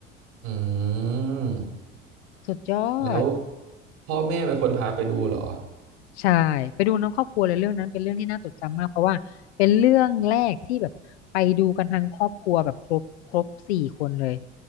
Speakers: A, on the right; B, on the left.
A: อืม
B: สุดยอด
A: แล้วพ่อแม่เป็นคนพาไปดูเหรอ
B: ใช่ไปดูน้ำครอบครัวเลยเรื่องนั้นเป็นเรื่องที่น่าจดจำมากเพราะว่าเป็นเรื่องแรกที่แบบไปดูกันทั้งครอบครัวแบบครบครบสี่คนเลย